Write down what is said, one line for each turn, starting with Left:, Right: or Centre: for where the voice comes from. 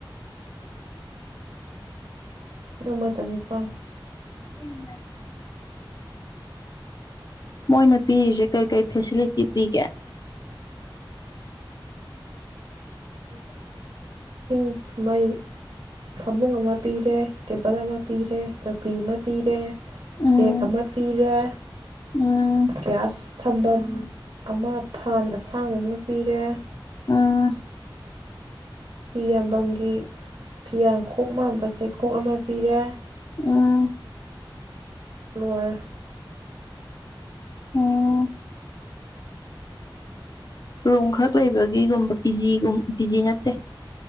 Right: ꯂꯤꯁꯤꯡ ꯑꯃ ꯆꯅꯤꯄꯥꯜ
Left: ꯍ ꯃꯣꯏꯅ ꯄꯤꯔꯤꯁꯦ ꯀꯔꯤ ꯀꯔꯤ ꯐꯦꯁꯤꯂꯤꯇꯤ ꯄꯤꯒꯦ ꯎꯝ
Right: ꯏꯁꯤꯡ ꯃꯩ ꯐꯃꯨꯡ ꯑꯃ ꯄꯤꯔꯦ ꯇꯦꯕꯜ ꯑꯃ ꯄꯤꯔꯦ ꯇꯧꯀꯤ ꯑꯃ ꯄꯤꯔꯦ
Left: ꯎꯝ
Right: ꯄꯦꯛ ꯑꯃ ꯄꯤꯔꯦ
Left: ꯎꯝ
Right: ꯒ꯭ꯤꯌꯁ ꯊꯝꯕꯝ ꯑꯃ ꯐꯥꯟꯁ ꯑ ꯁꯁꯥꯡꯕ ꯑꯃ ꯄꯤꯔꯦ
Left: ꯎꯝ
Right: ꯐꯤ ꯌꫭꯟꯕꯝꯒꯤ ꯐꯤ ꯌꯥꯡꯈꯣꯛ ꯃꯥꯟꯕ ꯆꯩꯀꯣꯛ ꯑꯃ ꯄꯤꯔꯦ
Left: ꯎꯝ <unintelligible>
Right: ꯂꫭꯏꯔꯦ
Left: ꯑꯣ ꯔꯣꯛꯈꯛ ꯂꯩꯕꯒꯤꯒꯨꯝꯕ ꯄꯤꯖꯤꯒꯨꯝ ꯄꯤꯖꯤ ꯅꯠꯇꯦ